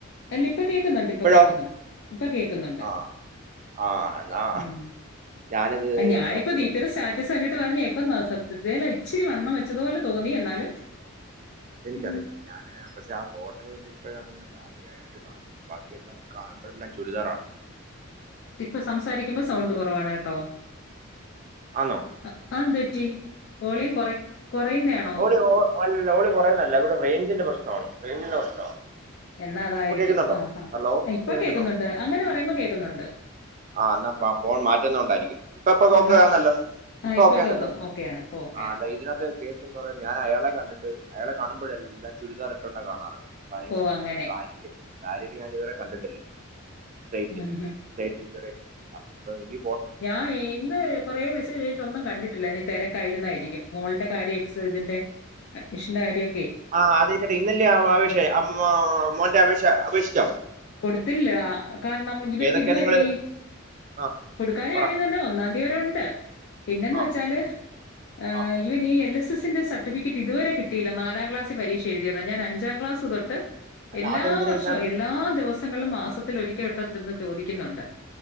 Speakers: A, on the left; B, on the right.
A: അല്ല ഇപ്പ കേക്കുന്നുണ്ട്, ഇപ്പ
B: ഇപ്പഴോ
A: കേക്കുന്നുണ്ട്. ഇപ്പ കേക്കുന്നുണ്ട്.
B: ആഹ് ആഹ് എന്നാ
A: ഉം.
B: ഞാനിത്
A: ഞാനിപ്പോ
B: കഴി
A: <unintelligible> കണ്ടിട്ട് പറഞ്ഞെ ഇപ്പം ഉം സത്യത്തിലെ ഇച്ചിരി വണ്ണം വച്ചതുപോലെ തോന്നി എന്നാലും
B: എനിക്കറിയത്തില്ല
A: ഉം,
B: ഞാന് പക്ഷെ ആ ഫോട്ടോ ഇപ്പഴാണ് ഞാൻ സാരിയായി ബാക്കിയെല്ലാം കാണുമ്പോഴെല്ലാം ചുരിദാറാണ്
A: ഇപ്പൊ സംസാരിക്കുമ്പോ സൗണ്ട് കുറവാണ് കേട്ടോ
B: ആന്നോ <inaudible>
A: അ- അതെന്ത് പറ്റി വോളിയം കുറ കുറയുന്നതാണോ
B: ഓളിയോ ഓ ഓളി കുറേന്നല്ല ഇവിടെ റേഞ്ചിന്റെ പ്രശ്നമാണ് റിയ്ഞ്ചിന്റെ പ്രേശ്നവ
A: എന്നാ അതായിരിക്കും
B: ഇപ്പ കേക്കുന്നുണ്ടോ
A: ആ ഹാ
B: ഹലോ ഇപ്പൊ കേക്കുന്നോ
A: കേൾക്കുന്നുണ്ട് അങ്ങനെ പറയുമ്പോ കേൾക്കുന്നുണ്ട്
B: ആ എന്നാ ഫോൺ മാറ്റന്ന കൊണ്ടായിരിക്കും ഇപ്പപ്പൊ
A: എന്നാ
B: ല്ലോ
A: ആ
B: ഇപ്പൊ ഓക്കൊയാണല്ലോ
A: കേൾക്കുന്നു ഓക്കെയാണ് ഇപ്പൊ ഓക്കെയാണ്
B: ആ അല്ല ഇതിനകത്ത് കേസ് എന്താ പറ ഞാൻ അയാളെ കണ്ടിട്ട് അയാളെ കാണുമ്പോഴ എല്ലാം ചുരിദാർ ഇട്ടോണ്ട കാണാറ് കാര്യം
A: ഓ അങ്ങനെ
B: സാരി സര്യേല് ഞാൻ ഇതുവരെ കണ്ടിട്ടില്ല സൈറ്റ്
A: ഉം,
B: സൈറ്റ് <unintelligible> അപ്പാ ഗ്യു
A: ഞാ ഇന്ന് കുറേ മെസേജ്ട്ട് ഒന്നും കണ്ടിട്ടില്ല. ഇ തിരക്കായിരുന്നായിരിക്കും മോൾടെ കാര്യം എക്സ് ഇതിന്റെ അഡ്മിഷന്റെ കാര്യ
B: ആ അതെക്കെട്ടെ ഇന്നല്ലെ ആഓ ഷയ അം മോ മോന്റെ വി ക്ഷ അപേക്ഷിച്ചോ?
A: കൊടുത്തില്ല ആ കാരണം ഇവര്ക്ക്
B: ഏതൊക്കെയാ
A: ഇതുവരെ
B: നിങ്ങള് ആ
A: കൊടുക്കാഞ
B: പറ
A: കാര്യം തന്നെ ഒന്നാംന്തി വരേ ഉണ്ട് പിന്നെന്ന്
B: ആ
A: വെച്ചാല് ഏ
B: ആ
A: ഇവന് എല്ല് സ് തി സി ന്റെ സർട്ടിഫിക്കറ്റ് ഇത് വരെ കിട്ടിയില്ല. നാലാംക്ലസ് പരീക്ഷ എഴുതിതാ ഞാൻ അഞ്ചാം ക്ലാസ് തൊട്ട്
B: അല്ല
A: എല്ലാ
B: അതെന്തിനാ
A: വർഷവും
B: ഇതിനകത്ത്
A: എല്ലാ ദിവസങ്ങൾല് മാസത്തിലൊരിക്കെ വട്ടത്തിന്ന് ചോദിക്കന്നുണ്ട്.